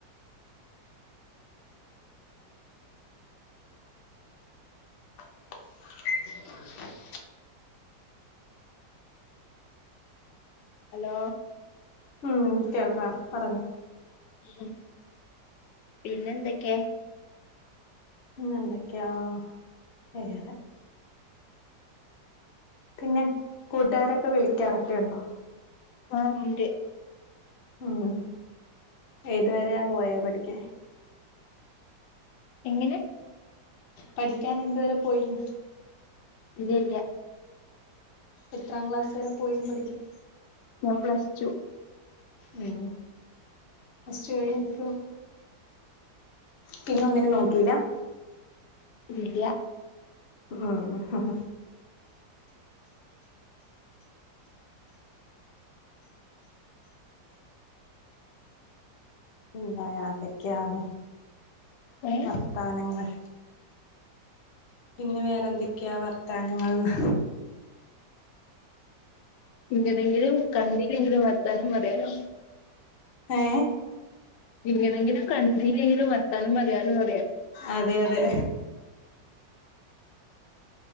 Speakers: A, on the left (about 55°); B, on the left (about 80°).
A: <unintelligible> <unintelligible> <inaudible>
B: ഹലോ
A: ഉം കേൾക്കാം പറഞ്ഞോ.
B: അഹ് പിന്നെന്തെക്കെ?
A: പിന്നെന്തെക്ക്യാ വേറെ. പിന്നെ കൂട്ടുകാരൊക്കെ വിളിക്കാറെക്കെ ഒണ്ടോ?
B: മാമ്ന്റ്
A: ഉം ഏതുവെരെയാ പോയേ പഠിക്കാൻ?
B: എങ്ങനെ?
A: പഠിക്കാൻ എന്തുവെരെപ്പോയിന്ന്.
B: ഇല്ല ഇല്ല
A: എത്രാം ക്ലാസ്സ് വെരെ പോയിന്ന് പഠിക്കാൻ?
B: ഞാൻ പ്ലസ് ടു.
A: മ്ഹ് പ്ലസ് ടു കഴിഞ്ഞിപ്പം, പിന്നെ ഒന്നിനും നോക്കിയില്ല?
B: ഇല്ല്യാ.
A: അആഹ് അഹഹ പിന്നെ വേറെതെക്കെയാണ്
B: ഏഹ്
A: വർത്താനങ്ങൾ? പിന്നെ വേറെ എന്തൊക്കെയാ വർത്താനങ്ങൾന്ന്
B: ഇങ്ങനെങ്കിലും കണ്ടീല്ലെങ്കിലും വർത്താനം പറയാലോ.
A: ഏ
B: ഇങ്ങനെങ്കിലും കണ്ടീലെങ്കിലും വർത്താനം പറയാലോന്ന് പറയാ.
A: അതെ അതെ.